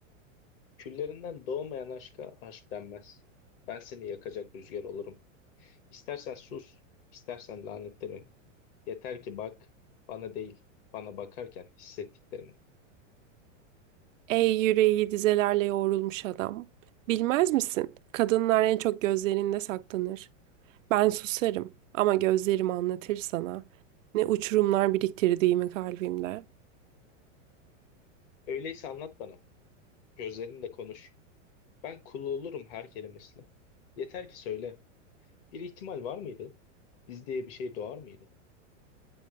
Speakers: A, on the left; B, on the right.
A: Küllerinden doğmayan aşka aşk denmez. Ben seni yakacak rüzgar olurum. İstersen sus, istersen lanetle beni. Yeter ki bak, bana değil, bana bakarken hissettiklerini.
B: Ey yüreği dizelerle yoğrulmuş adam. Bilmez misin? Kadınlar en çok gözlerinde saklanır. Ben susarım ama gözlerim anlatır sana. Ne uçurumlar biriktirdiğimi kalbimde.
A: Öyleyse anlat bana, gözlerinle konuş. Ben kulu olurum her kelimesine. Yeter ki söyle, bir ihtimal var mıydı? Biz diye bir şey doğar mıydı?